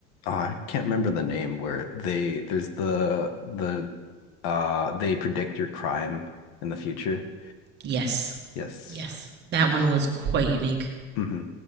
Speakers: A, on the left; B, on the right.
A: uh, I can't remember the name where they there's the the uh they predict your crime in the future.
B: Yes.
A: Yes.
B: Yes. That one was quite unique.
A: hmm